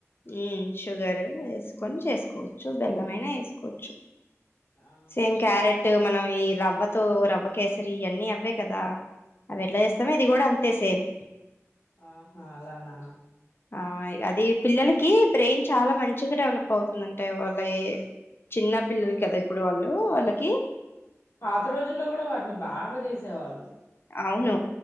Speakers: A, on the left; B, on the left.
A: ఉ షుగర్ వేసుకొని చేసుకోవచ్చు బెల్లమైన వేసుకోవచ్చు
B: ఆ
A: సేమ్ క్యారెట్ మనం ఈ రవ్వతో రవ్వ కేసరి ఇయన్నీ అవే కదా అవి ఎట్లా చేస్తామో ఇది కూడా అంతే సేమ్
B: ఆహా అలానా
A: ఆ అది పిల్లలకి బ్రెయిన్ చాలా మంచిగా డెవలప్ అవుతుంది అంటే వాళ్ళ ఏ చిన్న పిల్లలు కదా ఇప్పుడు వాళ్ళు వాళ్ళకి
B: పాత రోజుల్లో కూడా వాటిని బాగా చేసేవాళ్ళు
A: అవును